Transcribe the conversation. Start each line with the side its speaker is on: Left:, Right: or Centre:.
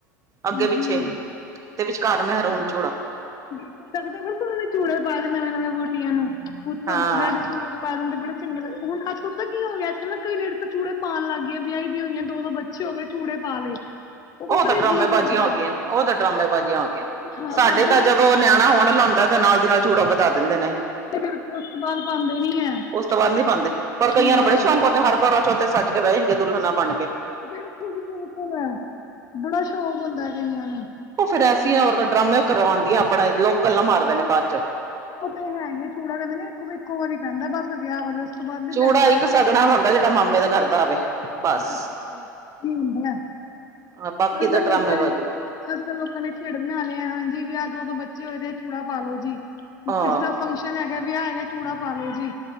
Left: ਹਾਂਜੀ
Right: ਅੱਗੇ ਪਿੱਛੇ। ਤੇ ਵਿਚਕਾਰ ਮਹਿਰੂਨ ਚੂੜਾ।
Left: ਦੇਖ ਸਕਦੇ ਓ ਫਿਰ, ਚੂੜੇ ਪਾ ਦੇ ਨਵੇਂ- ਨਵੇਂ ਵਹੋਟੀਆਂ ਨੂੰ ਉਤੋਂ
Right: ਹਾਂ
Left: ਰੈਡ ਸੂਟ। ਪਾ ਦਿੰਦੇ ਬੜੇ ਚੰਗੇ ਲੱਗਦੇ, ਹੁਣ ਅੱਜ-ਕੱਲ ਤਾਂ ਕੀ ਹੋ ਗਿਆ ਅੱਜ-ਕੱਲ੍ਹ ਨਾ ਕਈ ਲੇਡੀਜ਼ ਤਾਂ ਚੂੜੇ ਪਾਣ ਲਾਗੀਆਂ ਵਿਆਹੀ ਵੀ ਹੋਈ ਹੈ, ਦੋ- ਦੋ ਬੱਚੇ ਹੋ ਗਏ, ਚੂੜੇ ਪਾ ਲਏ। ਫਿਰ
Right: ਉਹ ਤਾਂ
Left: ਬੜੇ
Right: ਡਰਾਮੇ
Left: ਅਜੀਬ
Right: ਬਾਜ਼ੀਆਂ
Left: ਲੱਗਦਾ
Right: ਹੋ
Left: ਹੈ
Right: ਗੀਆਂ। ਉਹ ਤਾਂ ਡਰਾਮੇ ਬਾਜ਼ੀਆਂ ਹੋ ਗੀਆਂ,
Left: ਹਾਂ
Right: ਸਾਡੇ
Left: ਜੋ
Right: ਤਾਂ ਜਦੋਂ
Left: ਮਰ-
Right: ਨਿਆਣਾ ਹੋਣ ਲਾਉਂਦਾ ਤੇ ਨਾਲ ਦੀ ਨਾਲ ਚੂੜਾ ਵਧ ਵਧਾ ਦਿੰਦੇ ਨੇ,
Left: ਬਿਲਕੁਲ ਤੇ ਬਿਲਕੁਲ ਉਸ ਤੋਂ ਬਾਅਦ ਪਾਉਂਦੇ ਨਹੀਂ ਹੈ
Right: ਉਸ ਤੋਂ ਬਾਅਦ ਨੀ ਪਾਂਦੇ, ਪਰ ਕਈਆਂ
Left: ਨਾ
Right: ਨੂੰ ਬੜੇ ਸ਼ੌਂਕ ਦੇ ਹਰ ਘਰਾਂ ਚ ਉੱਥੇ ਸੱਜ ਕੇ ਬਹਿ ਜਾਣਗੀਆਂ, ਦੁਲਹਨਾਂ ਬਣ ਕੇ।
Left: ਬਿਲਕੁਲ ਜੀ ਬਿਲਕੁਲ, ਬੜਾ ਸ਼ੌਕ ਹੁੰਦਾ ਕਈਆਂ ਨੂੰ।
Right: ਫ਼ਿਰ ਐਸੀਆਂ ਔਰਤਾਂ ਡਰਾਮੇ ਕਰਵਾਂਦੀਆਂ ਆਪਣਾ, ਲੋਕ ਗੱਲਾਂ ਮਾਰਦੇ ਨੇ ਬਾਅਦ ਚੋਂ।
Left: ਉਹ ਤੇ ਹੈਗੇ, ਚੂੜਾ ਕਹਿੰਦੇ ਨੇ ਇੱਕੋ ਵਾਰੀ ਪੈਂਦਾ ਬਸ ਵਿਆਹ ਵਾਲੇ ਤੋਂ ਬਾਅਦ ਨੀ
Right: ਚੂੜਾ
Left: ਪੈਂਦਾ
Right: ਇੱਕ
Left: ਹੈ
Right: ਸਗਣਾ
Left: ਉਸ
Right: ਹੁੰਦਾ, ਜਿਹੜਾ ਮਾਮੇ ਦੇ ਘਰ ਦਾ ਹੋਵੇ। ਬਸ
Left: ਬਾਪ ਦੀ ਹੁੰਦਾ, <inaudible>
Right: ਹਾਂ ਬਾਕੀ
Left: ਅੱਜ
Right: ਤਾਂ
Left: -ਕੱਲ
Right: ਡਰਾਮੇਬਾਜ਼ੀ
Left: ਲੋਕਾਂ ਨੇ ਅੱਜ- ਕੱਲ੍ਹ ਲੋਕਾਂ ਨੇ ਖੇਡ ਬਣਾ ਲਿਆ, ਹਾਂਜੀ ਵਿਆਹ ਦੋ-ਦੋ ਬੱਚੇ ਹੋਏ ਦੇ ਆ ਚੂੜਾ ਪਾਲੋ ਜੀ, ਕਿਸੇ
Right: ਹਾਂ
Left: ਦਾ ਫੰਕਸ਼ਨ ਹੈਗਾ, ਵਿਆਹ ਹੈਗਾ ਚੂੜਾ ਪਾ ਲੋੋ ਜੀ।